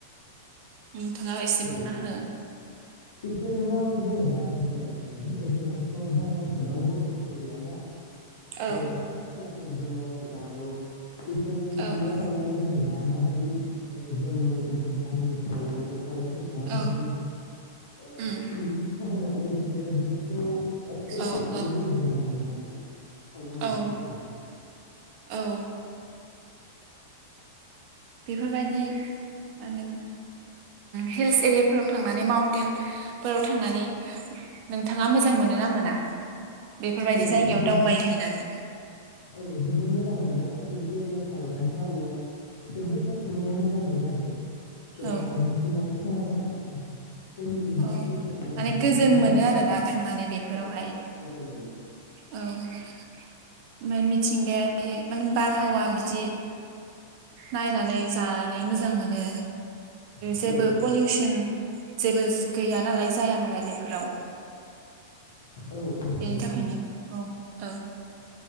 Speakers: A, on the right; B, on the left.
A: नोंथाङा एसे
B: औ
A: बुंना हो
B: बिसोरनो जेनेबा आरो ओजोंहायथ' बारा एसेबां बर'फोरथ' गैयाना
A: औ
B: बेहाय खासियाफोर दङ गार बेफोर
A: औ
B: नाव
A: औ
B: थांनानै जेनेबा माबायदि जोंनि गुबुन हारिनिफ्राय थांनानै थांनायफोरखौ माबायदि
A: औ
B: ओ
A: उम
B: गुबुन लाबो होनदों बिसोरो बेफोरखौ एक्सपिरियेन्स
A: औ
B: लाहैनो
A: औ
B: लुुबैदोंमोन आरो ना आंनो मोनजालायो
A: औ
B: दा।
A: औ बेफोरबायदि माने हिल्स एरियाफोराव थांनानै माउन्टेनफोराव थांनानै नोंथाङा मोजां मोनो ना मोना? बेफोरबायदि
B: औ
A: जायगायाव
B: जोबोद
A: दावबायहैनानै
B: औ जोबोद मोजां मोनो हिल्स एरियाव थांनानैथ' आङो जोबोद गावखौनो मोजां मोनो आरो। जेरै
A: औ
B: हाय मिथिं गारि समायना जा खौ हैयोबा
A: औ
B: गोसोआनो
A: माने
B: जोबोद
A: गोजोन
B: मोजां
A: आरोना
B: मोनो आरो
A: थांनानै बेफोरावहाय
B: औ औ गोजोन मोनो।
A: औ ओमफ्राय मिथिंगायारि माने बारहावा बिदि नायनानै जानानै मोजां मोनो।
B: औ
A: जेबो
B: औ
A: पलिउसन जेबो गैया नालाय जाया नालाय बेफोराव
B: औ औ
A: बेनि थाखायनो औ। औ।